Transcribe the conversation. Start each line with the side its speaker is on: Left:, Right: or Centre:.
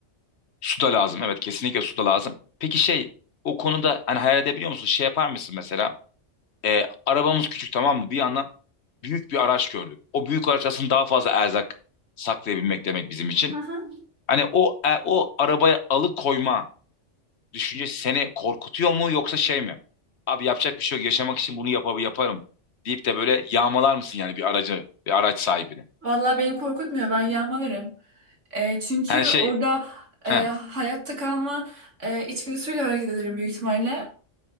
Left: su da lazım. Evet kesinlikle su da lazım. Peki şey o konuda hani hayal edebiliyor musun? Şey yapar mısın mesela? E, arabamız küçük tamam mı? Bir yandan büyük bir araç gördük. O büyük araç aslında daha fazla erzak saklayabilmek demek bizim için.
Right: Hı hı.
Left: Hani o e, o arabaya alıkoyma düşüncesi seni korkutuyor mu yoksa şey mi? Abi yapacak bir şey yok yaşamak için bunu yapab yaparım deyip de böyle yağmalar mısın yani bir aracı bir araç sahibini?
Right: Vallahi beni korkutmuyor. Ben yağmalarım. E, çünkü
Left: Hani şey
Right: orada
Left: he,
Right: e, hayatta kalma e, içgüdüsüyle hareket ederim büyük ihtimalle.